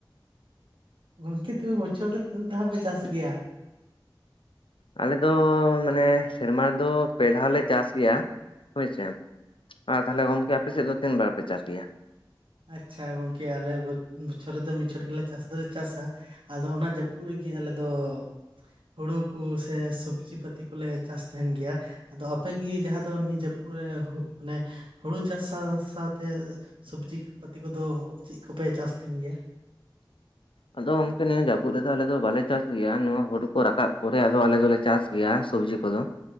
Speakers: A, on the right (about 75°); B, on the left (about 85°).
A: ᱜᱚᱝᱠᱮ ᱛᱚ ᱵᱚᱪᱷᱚᱨ ᱨᱮ ᱛᱤᱱᱟᱹᱜ ᱫᱷᱟᱣ ᱯᱮ ᱪᱟᱥ ᱜᱮᱭᱟ?
B: ᱟᱞᱮ ᱫᱚ ᱢᱟᱱᱮ ᱥᱮᱨᱢᱟ ᱨᱮᱫᱚ ᱯᱮ ᱫᱷᱟᱣ ᱞᱮ ᱪᱟᱥ ᱜᱮᱭᱟ ᱦᱳᱭ ᱥᱮ᱾ ᱟᱨ ᱛᱟᱦᱚᱞᱮ ᱜᱚᱝᱠᱮ ᱟᱯᱮ ᱥᱮᱫ ᱫᱚ ᱛᱤᱱ ᱫᱷᱟᱣ ᱯᱮ ᱪᱟᱥ ᱜᱮᱭᱟ?
A: ᱟᱪᱪᱷᱟ ᱜᱚᱝᱠᱮ ᱟᱞᱮ ᱵᱚᱪᱷᱚᱨ ᱨᱮᱫᱚ ᱢᱤᱫ ᱪᱷᱚᱴ ᱜᱮᱞᱮ ᱪᱟᱥ ᱫᱚᱞᱮ ᱪᱟᱥᱟ᱾ ᱟᱫᱚ ᱚᱱᱟ ᱡᱟᱹᱯᱩᱫ ᱨᱤᱜᱤ ᱟᱞᱮ ᱫᱚᱼᱼ ᱦᱩᱲᱩ ᱠᱩ ᱥᱮ ᱥᱚᱵᱽᱡᱤᱯᱟᱹᱛᱤ ᱠᱚᱞᱮ ᱪᱟᱥ ᱛᱟᱦᱮᱱ ᱜᱮᱭᱟ᱾ ᱟᱫᱚ ᱟᱯᱮᱜᱤ ᱡᱟᱦᱟᱸ ᱫᱚ ᱱᱤᱭᱟᱹ ᱡᱟᱹᱯᱩᱫ ᱨᱮ ᱢᱟᱱᱮᱼᱼ ᱦᱳᱲᱳ ᱪᱟᱥ ᱥᱟᱶ ᱥᱟᱶᱛᱮ ᱥᱚᱵᱽᱡᱤ ᱯᱟᱹᱛᱤ ᱠᱚᱫᱚ ᱪᱮᱫ ᱠᱚᱯᱮ ᱪᱟᱥ ᱛᱟᱦᱮᱱ ᱜᱮᱭᱟ?
B: ᱟᱫᱚ ᱜᱚᱝᱠᱮ ᱱᱤᱭᱟᱹ ᱡᱟᱹᱯᱩᱫ ᱨᱮᱫᱚ ᱟᱞᱮ ᱫᱚ ᱵᱟᱞᱮ ᱪᱟᱥ ᱜᱮᱭᱟ ᱱᱚᱶᱟ ᱦᱩᱲᱩ ᱠᱚ ᱨᱟᱠᱟᱵ ᱯᱚᱨᱮ ᱟᱫ ᱟᱞᱮ ᱫᱚᱞᱮᱼᱼ ᱪᱟᱥ ᱜᱮᱭᱟ ᱥᱚᱵᱽᱡᱤ ᱠᱚᱫᱚ᱾